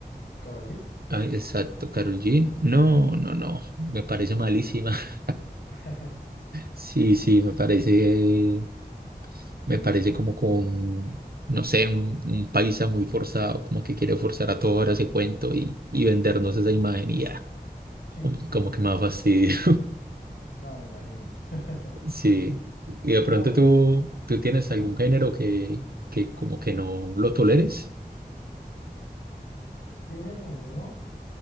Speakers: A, on the left; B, on the right.
A: ¿Karol G?
B: Ay, exacto, Karol G. No, no, no, me parece malísima. <laughs>
A: <laughs>
B: Sí, sí, me parece, me parece como con, no sé, un, un paisa muy forzado, como que quiere forzar a toda hora ese cuento y, y vendernos esa imagen y ya,
A: Sí,
B: como, como que me da fastidio.
A: no, me imagino. <laughs>
B: <laughs> Sí, y de pronto
A: No, pues,
B: tú,
A: yo sí-
B: tú tienes algún
A: ¿ah?
B: género que, que como que no lo toleres.
A: ¿Género no?